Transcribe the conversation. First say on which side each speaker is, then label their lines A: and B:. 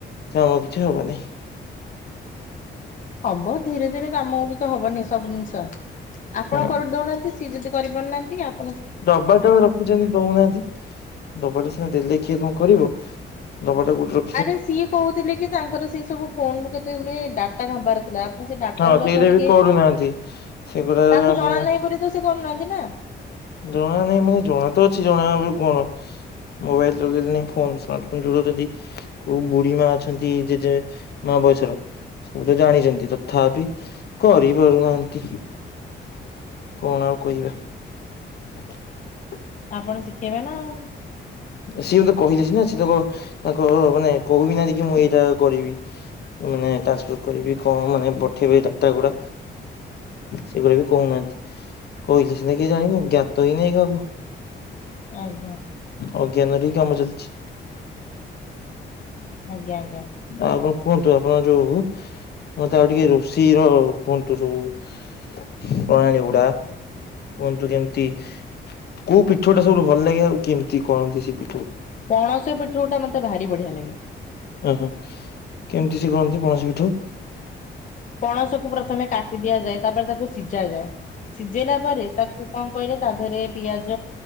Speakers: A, on the left; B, on the left.
A: କାମ କିଛି ହବନହିଁ।
B: ହବ ଧୀରେ ଧୀରେ କାମ ଗୁଡିକ ହବନି ସବୁ ଜିନିଷ ଆପଣ
A: ହଁ
B: କରି ଦଉନାହାନ୍ତି। ସିଏ ଯଦି କରିପାରୁନାହାନ୍ତି ଆପ
A: ଡବାଟେ ପା ରଖିଛନ୍ତି ଦଉନାହାନ୍ତି। ଡ଼ବାଟା ସିନା ଦେଲେ କିଏ କଣ କରିବ ଡ଼ବାଟା କଉଠି ର
B: ଆରେ ସିଏ କହୁଥିଲେ କି ତାଙ୍କର ସେଇ ସବୁ ଫୋନରୁ କେତେ ଗୁଡ଼େ ଡା ଟା ନବାରଥିଲା ଆପଣ ସେ ଡାଟା
A: ହଁ
B: ଗୁଡାକ
A: ସେଇଟା
B: ଟିକେ
A: ବି କରୁନାହାନ୍ତି ସେଗୁଡା
B: ତାଙ୍କୁ
A: ଆପଣ
B: ଜଣା ନାହିଁ ବୋଲି ତ ସେ କରୁନାହାନ୍ତି ନା।
A: ଜଣା ନାଇଁ ମାନେ ଜଣା ତ ଅଛି ଜଣା ଆଉ କଣ। ମୋବାଇଲ ଚଳେଇଲେ ନା ଫୋନ ଫୋ ଚଉଛନ୍ତି କୋଉ ବୁଢୀ ମା ଅଛନ୍ତି ଜେଜେ ମା ବୟସର ସବୁ ତ ଜାଣିଛନ୍ତି ତ ତଥାପି କରିପାରୁନାହାନ୍ତି କଣ ଆଉ କହିବା। <unintelligible>
B: ଆପଣ ଶିଖେଇବେ ନା ଆଉ।
A: ସିଏତ କହିଲେ ସି ନା ସିଏ ତ ତାଙ୍କ ମାନେ କହିବି ନାନ୍ତି କି ମୁଁ ଏଇଟା କରିବି। ମାନେ ଟ୍ରାନ୍ସଫର କରିବି କଣ ମାନେ ପଠେଇବି ଡାଟା ଗୁଡା ସେଭଳି ବି କହୁନାହାନ୍ତି କହିଲେ ସିନା କିଏ ଜାଣିବ ଜ୍ଞାତ ହେଇନାହିଁ କାହାକୁ।
B: ଆଜ୍ଞା।
A: ଅଜ୍ଞାନରେହିଁ କାମ ଚାଲିଛି।
B: ଆଜ୍ଞା ଆଜ୍ଞା।
A: ଆଉ କଣ କୁହନ୍ତୁ ଆପଣଙ୍କ ଯଉ ମତେ ଆଉ ଟିକେ ରୋଷେଇ ର କୁହନ୍ତୁ ସବୁ। ପ୍ରଣାଳୀଗୁଡା କୁହନ୍ତୁ କେମିତି କୋଉ ପିଠଉ ଟା ସବୁଠୁ ଭଲ ଲାଗେ ଆଉ କେମିତି କରନ୍ତି ସେ ପିଠକୁ।
B: ପଣସ ପିଠଉ ଟା ମତେ ଭାରି ବଢିଆ ଲାଗେ।
A: ଓ ହୋ କେମିତି ସେ କରନ୍ତି ପଣସ ପିଠଉ?
B: ପଣସକୁ ପ୍ରଥମେ କାଟି ଦିଆଯାଏ ତାପରେ ତାକୁ ସିଝା ଯାଏ ସିଝେଇଲା ପରେ ତାକୁ କଣ କହିଲେ ତା ଦେହରେ ପିଆଜ